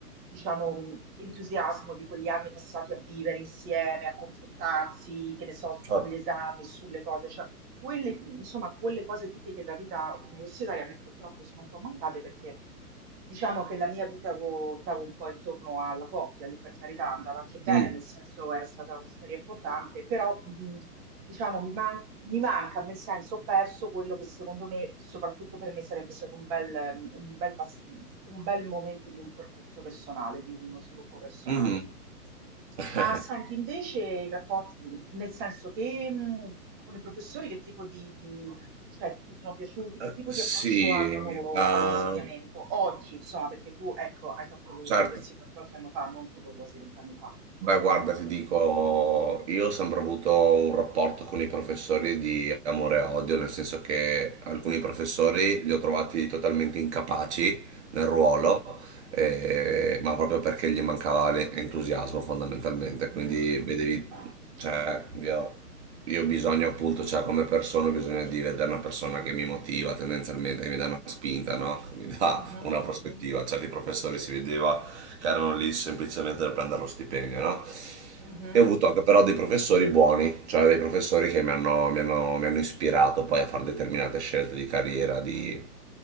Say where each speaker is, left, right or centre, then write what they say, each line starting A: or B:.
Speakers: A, on the right (about 20°); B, on the right (about 45°).
A: diciamo, mh, entusiasmo di quegli anni passati a vivere insieme, a confrontarsi, che ne so, sugli
B: certo.
A: esami, sulle cose, cioè quelle, insomma, quelle cose tipiche da vita universitaria a me purtroppo sono un po' mancate perché diciamo che la mia vita ruotava un po' intorno alla coppia, lì per carità andava anche bene,
B: Mm,
A: nel senso era stata una storia importante, però mh, diciamo mi manca mi manca, nel senso, ho perso quello che secondo me, soprattutto per me, sarebbe stato un bel, ehm, un bel pass- un bel momento di un percorso personale, di uno sviluppo personale.
B: mhm. <laughs>
A: Ma senti, invece i rapporti, mm, nel senso che mh, con i professori che tipo di, di- cioè, ti sono piaciuti,
B: Eh,
A: che tipo
B: Sì,
A: di approccio hanno loro
B: eh,
A: all'insegnamento oggi, insomma, perché tu, ecco, hai fatto l'università
B: certo.
A: qualche anno fa, non tipo quasi vent'anni fa,
B: Beh, guarda,
A: come
B: ti
A: me.
B: dico, io ho sempre avuto un rapporto con i professori di amore e odio, nel senso che alcuni professori li ho trovati totalmente incapaci nel ruolo, eh, ma proprio perché gli mancava l'en- entusiasmo fondamentalmente,
A: Mhm,
B: quindi vedevi,
A: mhm,
B: cioè, io, io ho bisogno appunto, cioè come persona ho bisogno di vedere una persona che mi motiva tendenzialmente, che mi dà una spinta, no? Che mi dà
A: mhm,
B: una prospettiva,
A: mhm,
B: certi professori si vedeva che erano lì semplicemente per prendere lo stipendio, no?
A: mhm.
B: E ho avuto anche però dei professori buoni, cioè dei professori che mi hanno, mi hanno- mi hanno ispirato poi a fare determinate scelte di carriera, di,